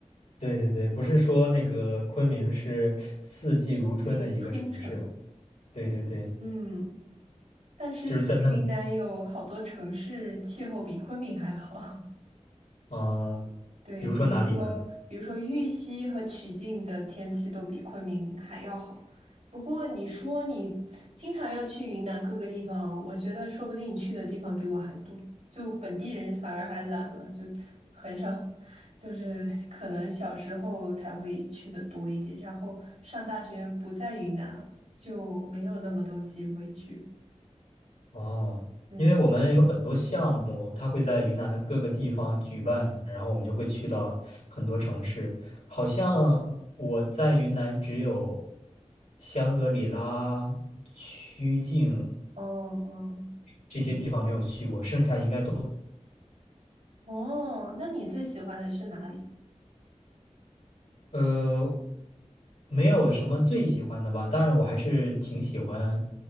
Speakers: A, on the left; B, on the right.
A: 对对对，不是说那个昆明是四季如春的一个城市吗？
B: 对，春城，
A: 对对对，
B: 嗯，但是其实云南有好多城市气候比昆明还好。
A: 就是在那里啊，呃
B: 对，
A: 比如说哪里呢？
B: 比如说，比如说玉溪和曲靖的天气都比昆明还要好。不过你说你经常要去云南各个地方，我觉得说不定你去的地方比我还多，就本地人反而还懒了，就 <laughs> 很少，就是可能小时候才会去的多一点，然后上大学不在云南了，就没有那么多机会去。
A: 哦，
B: 嗯，
A: 因为我们有很多项目，它会在云南的各个地方举办，然后我们就会去到很多城市。好像我在云南只有香格里拉、曲靖
B: 哦哦
A: 这些地方没有去过，剩下应该
B: 哦，那你最喜欢的是哪里？
A: 呃，没有什么最喜欢的吧，当然我还是挺喜欢